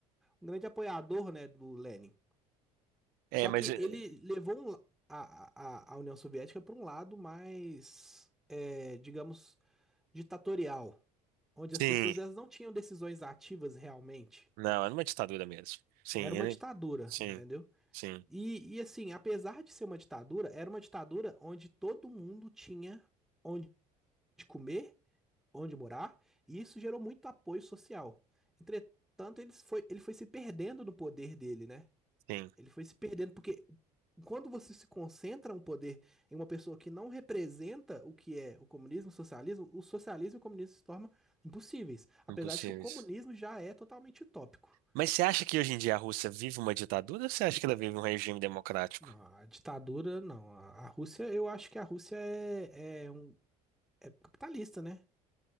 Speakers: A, in the centre; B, on the right.
A: um grande apoiador, né, do Lenin.
B: É,
A: Só
B: mas...
A: que
B: eh,
A: ele levou um la- a, a, a União Soviética para um lado mais, é, digamos, ditatorial, onde as
B: Sim,
A: pessoas elas não tinham decisões ativas realmente.
B: Não, era uma ditadura mesmo. Sim,
A: Era uma
B: ele...
A: ditadura,
B: sim,
A: entendeu?
B: sim,
A: E, e assim, apesar de ser uma ditadura, era uma ditadura onde todo mundo tinha onde comer onde morar, e isso gerou muito apoio social. Entretanto, ele foi, ele foi se perdendo no poder dele, né?
B: sim.
A: Ele foi se perdendo, porque quando você se concentra um poder em uma pessoa que não representa o que é o comunismo, o socialismo, o socialismo e o comunismo se tornam impossíveis, apesar
B: Impossível
A: de que o comunismo já é totalmente utópico.
B: Mas você acha que hoje em dia a Rússia vive uma ditadura ou você acha que ela vive um regime democrático?
A: Não, a ditadura, não. A a Rússia, eu acho que a Rússia é, é, um, é capitalista, né?